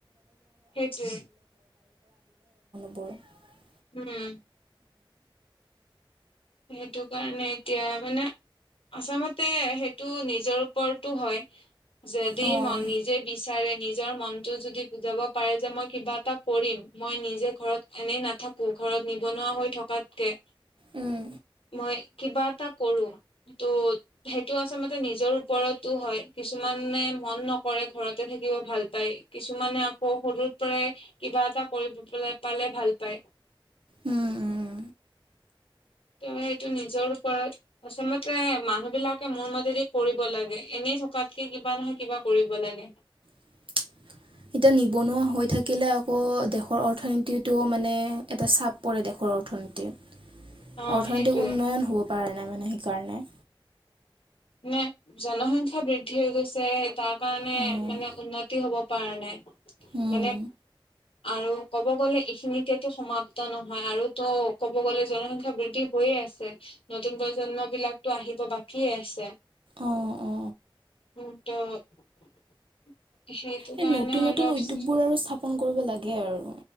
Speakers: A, on the left (about 85°); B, on the right (about 75°).
A: সেইটোৱে
B: <unintelligible>
A: উম। সেইটো কাৰণে এতিয়া মানে আচলতে সেইটো নিজৰ ওপৰতো হয়। যদি
B: অঁ
A: ম নিজে বিচাৰে নিজ নিজৰ মনটো যদি বুজাব পাৰে যে মই কিবা এটা কৰিম মই নিজে ঘৰত এনেই নাথাকো ঘৰত নিবনুৱা হৈ থকাতকে।
B: উম
A: মই কিবা এটা কৰো ত' সেইটো আচলতে নিজৰ ওপৰতো হয় কিছুমানে মন নকৰে ঘৰতে থাকিব ভাল পায় কিছুমানে আকৌ সৰুৰ পৰাই কিবা এটা কৰিব পালে ভাল পায়
B: উম উম
A: ত সেইটো নিজৰ ওপৰত আচলতে মানুহ বিলাকে মোৰ মতেদি কৰিব লাগে এনে থকাতকে কিবা নহয় কিবা কৰিব লাগে
B: <unintelligible> এতিয়া নিবনুৱা হৈ থাকিলে, আকৌ দেশৰ অৰ্থনীতিটো মানে, এটা চাপ পৰে দেশৰ। অৰ্থনৈতিক
A: অ সেইটোয়ে
B: উন্নয়ন হ'ব পৰা নাই মানে সেইকাৰণে
A: নে জনসংখ্যা বৃদ্ধি হৈ গৈছে তাৰ কাৰণে
B: উম।
A: মানে উন্নতি হ'ব কাৰ নে
B: উম,
A: মানে আৰু ক'ব গ'লে এইখিনিতোতো সমাপ্ত নহয় আৰুতো ক'ব গ'লে জনসংখ্যা বৃদ্ধি হৈয়ে আছে নতুন প্ৰজন্ম বিলাকো আহিব বাকী আছে
B: অ অ
A: ক ত সেতু
B: এই
A: কাৰণ
B: নতুন
A: অলপ
B: নতুন উদ্যোগবোৰ আৰু স্থাপন কৰিব লাগে আৰু